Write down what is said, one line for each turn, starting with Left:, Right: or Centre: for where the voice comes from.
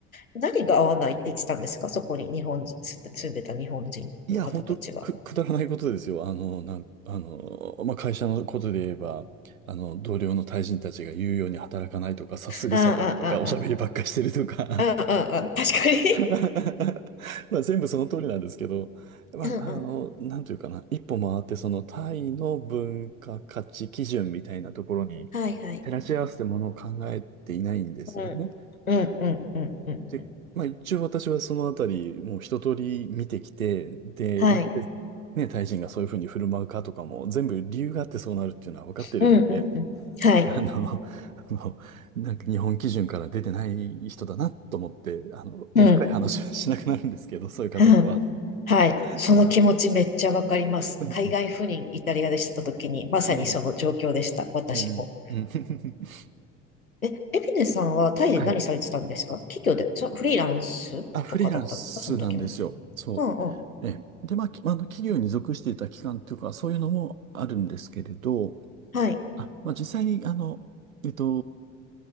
Left: 何が合わないって言ってたんですかそこに日本、住んでた日本人の方たちは。
Right: いや、本当く、くだらないことですよ。あの、なん、あの、まあ、会社のことで言えば、あの、同僚の対人たちが言うように働かないとか、さすぐ下るとか、
Left: ああ、ああ、
Right: おしゃべりばっかりしてるとか。
Left: ああ、ああ、ああ、確かに
Right: <laughs> まあ、全部その通りなんですけど、
Left: <laughs>
Right: まあ、
Left: うんうん。
Right: あの、なんというかな、一歩回って、そのタイの文化価値基準みたいなところに
Left: はいはい。
Right: 照らし合わせてものを考えていないんですよね。
Left: うん。うんうんうんうん。
Right: で、まあ一応私はそのあたり、もう一通り見てきて、で、
Left: はい。
Right: なんでね、タイ人がそういうふうに振る舞うかとかも、全部理由があってそうなるっていうのは分かってるので、
Left: うんうんうん。はい。
Right: あの、<laughs> もう、なんか日本基準から出てない人だなと思って、あの、もう深い話はしなくなるんですけど、
Left: うん。
Right: そういう方とは。
Left: うん。<laughs> はい。その気持ちめっちゃわかります。
Right: だからう
Left: 海外赴任イタリアでした時に、まさにその状況でした。
Right: ん、
Left: 私も。
Right: うん、うん。<laughs>
Left: え、エビネさんはタイで何されてたんですか企業で、
Right: はい。
Left: そ、フリーランスとかだったんですかその時も。
Right: あ、フリーランスなんですよ。そ
Left: うんうん。
Right: う。ええ。で、まあ、きあの、企業に属していた期間というか、そういうのもあるんですけれど、
Left: はい。
Right: あ、まあ、実際に、あの、えっと、